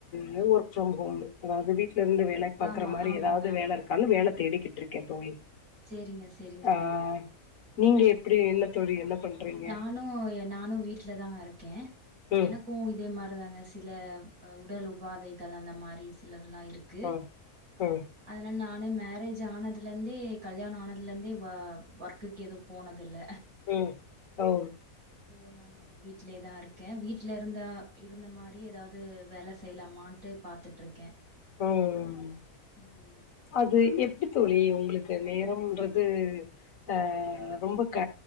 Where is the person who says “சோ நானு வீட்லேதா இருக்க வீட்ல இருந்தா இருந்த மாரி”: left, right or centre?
Right